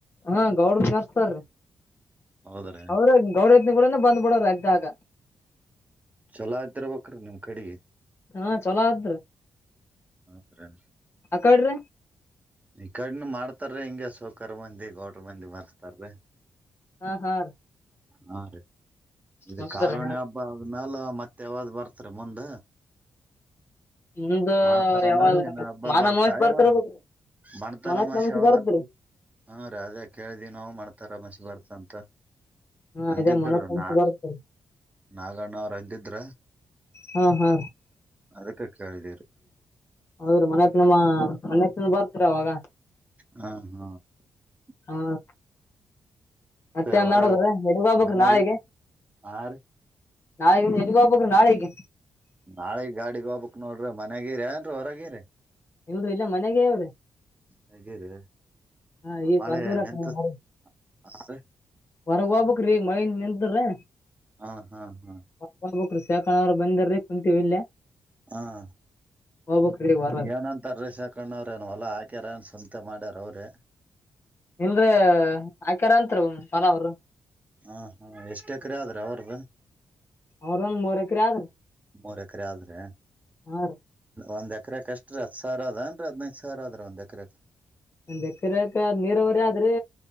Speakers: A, on the left; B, on the right.
A: ಹಾ ಗೌಡ್ ಕರ್ತಾರೀ
B: ಹೌದ್ರಿ
A: ಅವ್ರ ಗೌಡ <unintelligible> ಡ ಬಂದ್ಬಿಡೋರ ಅಗ್ದಾಗ
B: ಚಲೋ ಇದತಿರಬೇಕ್ರೀ ನಿಮ್ ಕಡೆಗೆ
A: ಹಾ ಚಲೋ ತ್ರಿ.
B: ಹ ಫ್ರೆಂಡ್ಸ್ <unintelligible>
A: ಅಕಡ್ರಿ
B: ಈ ಕಡನ್ ಮಾಡ್ತಾರ ಹಿಂಗಗೆ ಸೌಕರ್ ಮಂದಿ ಗೌಡ್ರ ಮಂದಿ ಮರ್ತಾರ್ರೀ.
A: ಹಾ ಹಾ
B: ಹಾ ರೀ ಇದು
A: ಹೌದ್ರಿ
B: ಕಾರುಣ್ಯ ಹಬ್ಬ ಆದ್ಮೇಲ ಮತ್ತೆ ಯಾವಾಗ್ ಬರ್ತ್ರಿ ಮುಂದ
A: ನಿಮ್ದು
B: ಮಾಡ್ತಾರ
A: ಯಾವಾಗ
B: ಮಸನ್ ಹಬ್ಬ
A: ಮಾನ
B: ಬರ್ತಾ
A: ಮಹೇಶ್ ಬರ್ತಿರ್ಬೇಕ
B: ಅವ ಮಣ್ತರಮಾಸ
A: ಮನತ್ ನಮಸ್
B: ಯಾವದ
A: ಬರ್ತ್ರಿ
B: ಹಾ ರೀ ಅದೇ ಕೇಳಿದಿವವಿ ನಾವು ಮಣತರಮಾಸ ಬರ್ತ ಅಂತ
A: ಹಾ
B: <unintelligible> ಅಂದಿದ್ರ
A: ಅದೇ ಮನತ್ ನಮಸ್
B: ನಾ <unintelligible>
A: ಬರ್ತ್ರಿ
B: ನಾಗಣ್ಣ ಅವ್ರ ಅಂದಿದ್ರ
A: ಹಾ ಹಾ
B: ಅದಕ್ಕೆ ಕಾರಿದೀರು <unintelligible>
A: ಹೌದ್ರೀ ಮನ್ ಹತ್ ನಮ್ಮ ಮನ್ತ್ <unintelligible> ದ ಬರ್ತರ ಅವಾಗ
B: ಹಾ ಹಾ <unintelligible>
A: ಹಾ <unintelligible> ಮತ್ತೆನ್
B: ಹೊರಗ
A: ನಾಡದ್ರ ಹಡಿ ಬಬಕ್
B: ಮನೆಗೆ
A: ನಾಳೆಗೆ <unintelligible>
B: ಹಾ ರೀ
A: ನಾಳೆಗೆ ಎಲ್ಲಿಗಾಕ ನಾಳೆಗೆ.
B: ನಾಳೆಗ್ ಗಾಡಿಗೆ ಹೋಗಬಕ್ ನೋಡ್ರಿ ಮನ್ಯಾಗಿರಿ ಏನ್ರಿ ಹೊರಗಿರಿ.
A: ಇಲ್ರಿ ಇಲ್ಲ ಮನೆಗೆವ್ರಿ <unintelligible>
B: ಮನೆಗಿರಿ
A: ಹಾ ಈ
B: ಮಳೆ
A: ಕೊರತೂರ
B: ನಿಂತ
A: <unintelligible>
B: ಹಾ ರೀ
A: ಹೊರಗ ಹೋಗ್ಬ್ರೀ ಈಗ ಮಳ ನಿಂತ್ರ ಹೊರಗಬ
B: ಹಾ ಹಾ ಹಾ
A: <unintelligible> ಅ ಸಕಣವ್ರು ಬಂದಾರ್ರೀ ಕುಂತೀವಿ ಇಲ್ಲೇ.
B: ಹ್ಮ
A: ಹೋಗ್ಬೇಕ್ರಿ ಈಗ ಹೊರಗ್
B: ಏನಂತರ್ರೀ ಸಾಕಣ್ಣವ್ರ ಹೊಲ್ಲಾ ಹಾಕ್ಯಾರನ್ಸ. ಅತ ಮಾಡಾರ ಅವ್ರೇ
A: ಇಲ್ರಿ ಆಕಾರ ಅಂತರಿ ಮನ ಅವರು.
B: ಹಾ ಹ್ಮ ಎಷ್ಟ ಎಕರೆ ಆದ್ರ ಅವರ್ದ <unintelligible>
A: ಅವ್ರೊಂದ್ ಮೂರ್ ಎಕರೆ ಆದ್ರಿ
B: ಮೂರ್ ಎಕರೆ ಆದ್ರೆ
A: ಹಾ ರೀ
B: ಒಂದ್ ಎಕರೆ ಕಷ್ಟ <unintelligible> ಹತ್ತು ಸಾವಿರ ಅದು ಐದ್ನೈದ ಸಾವಿರ ಅದ ಒಂದು ಎಕರೆ ಗೆ.
A: ಎಕರೆಕ ನೀರವರಿ ಆದ್ರಿ